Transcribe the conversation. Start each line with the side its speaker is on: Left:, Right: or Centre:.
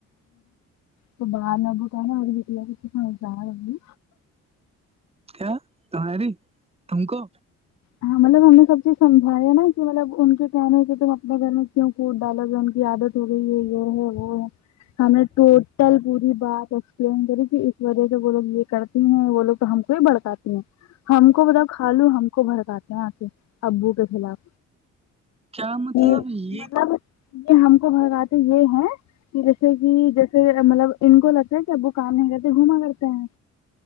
Left: تو باہر نہ بت ہے نا اور بھیلہ ک سسار ہوگی
Right: کیا تہاری تم کو
Left: ہاں مطلب ہم نے سب چیز سمجھیا ہے نا کہ مطلب ان کے کہنے کہ تم اپنے گھر میں کیوں کوٹ ڈالو گا ان کی عادت تھی یہ ہے وہ ہے ہم نے کل پوری بات ایکسپلین کرے کہ اس وجہ سے وہ لوگ یہ کرتی ہیں وہ لوگ تو ہم کو ہی بڑکاتی ہیں ہم کو بتا کھا لو ہم کو بھڑکاتے ہیں آ کے ابو کے خلاف
Right: کیا مطلب
Left: کہ
Right: یہ
Left: مطلب یہ ہم کو ہر باتیں یہ ہے کہ جیسے کہ جیسے مطلب ان کو لگتا ہے کہ اب وہ کام نہیں کرتے گھوما کرتے ہیں